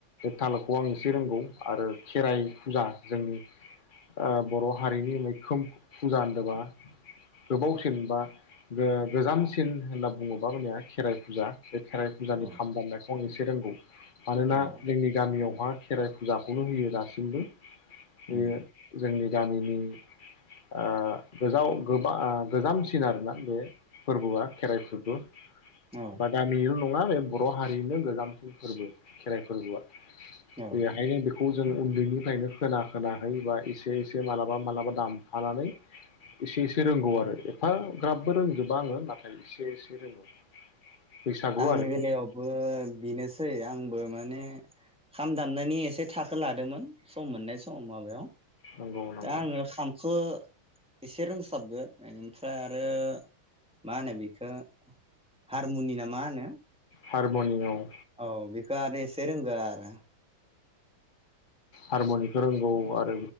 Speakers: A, on the left; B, in the centre.
A: थालखौ आं एसे रोंगौ आरो खेराइ फुजा जोंनि आ बर' हारिनि मैखोम फुजा होनदोबा गोबावसिन बा गोजामसिन होनना बुङोबा जोंनिया खेराइ फुजा बे खेराइ फुजानि
B: औ
A: खाम दामनाय फंनैसे रोंगौ मानोना
B: औ
A: जोंनि गामियाव खेराइ फुजाखौनो होयो दासिमबो बेयो
B: उम
A: जोंनि गामिनि आ गोजाव गोबा आ गोजामसिन आरोना बे फोरबोआ खेराइ फोरबो
B: औ
A: बादामि <unintelligible> मा बे बर' हारिनो गोजाम फोरबो खेराइ फोरबोआ
B: औ
A: <unintelligible> हाय बेखौ जों उन्दैनिफ्रायनो खोना खोनाहै बा एसे एसे मालाबा मालाबा दामफानानै एसे एसे रोंगौ आरो एफाग्राबबो रोंजोबा आङो नाथाय एसे रोंगौ बैसागु
B: आंनि
A: आरो
B: बेलायावबो
A: खेराइ
B: बेनोसै सै आंबो माने खाम दामनायनि एसे थाखो लादोंमोन सम मोननाय सम माबायाव
A: नंगौ नंगौ
B: दा आङो खामखौ एसे रोंसाबगो ओमफ्राय आरो मा होनो बेखौ हारमनियाम मा होनो
A: हारम'नियाम
B: औ बेखौ आरो एसे रोंगो आरो
A: हारमुनिखौ रोंगौ आरो